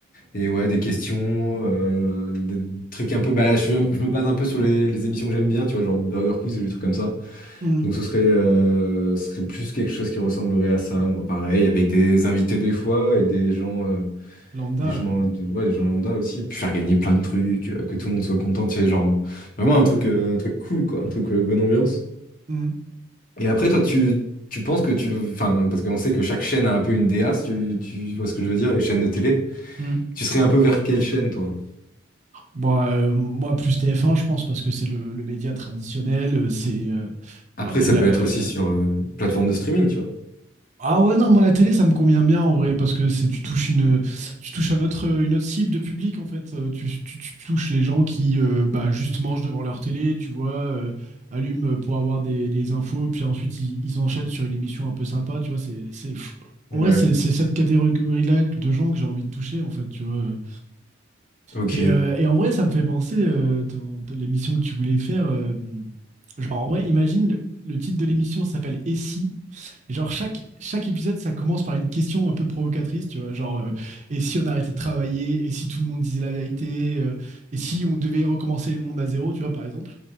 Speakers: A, on the left; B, on the right.
A: et ouais, des questions, euh, des trucs un peu. Bah là, je, suis un- je me base un peu sur les, les émissions que j'aime bien, tu vois, genre Burger Quiz ou des trucs comme ça.
B: Hmm.
A: Donc ce serait, euh, ce serait plus quelque chose qui ressemblerait à ça, moi, pareil, avec des invités des fois et des gens, euh,
B: Lambda,
A: des gens,
B: ouais.
A: des- ouais, des gens lambda aussi. Puis faire gagner plein de trucs, euh, que tout le monde soit content, tu sais, genre vraiment un truc, euh, un truc cool, quoi, un truc euh, bonne ambiance.
B: Hmm.
A: Et après, toi, tu, tu penses que tu, le- enfin, parce qu'on sait que chaque chaîne a un peu une DA, si tu, tu vois ce que je veux dire, les chaînes de télé.
B: Hmm.
A: Tu serais un peu vers quelle chaîne, toi?
B: Bon, euh, moi, plus TF1, je pense, parce que c'est le, le média traditionnel, euh, c'est euh,
A: Après,
B: bah, un peu
A: ça
B: la...
A: peut être
B: euh,
A: aussi sur euh, une plateforme de streaming, tu vois.
B: Ah ouais, non, moi, la télé, ça me convient bien, en vrai, parce que c'est tu touches une, tu touches un autre, euh, une autre cible de public, en fait. Euh, Tu, tu- tu touches les gens qui, euh, bah, juste mangent devant leur télé, tu vois, euh, allument pour avoir des, des infos, puis ensuite, ils, ils enchaînent sur une émission un peu sympa, tu vois, c'est... c'est-
A: Ouais.
B: En vrai, c'est c'est cette catégorie-là de gens que j'ai envie de toucher, en fait, tu vois. euh.
A: Ok.
B: Et, euh, et en vrai, ça me fait penser euh, ton- ton- l'émission que tu voulais faire. euh, genre, en vrai, imagine, le, le titre de l'émission s'appelle Et si? Et genre, chaque, chaque épisode, ça commence par une question un peu provocatrice, tu vois. Genre, euh, et si on arrêtait de travailler? Et si tout le monde disait la vérité? Euh, et si on devait recommencer le monde à zéro, tu vois, par exemple?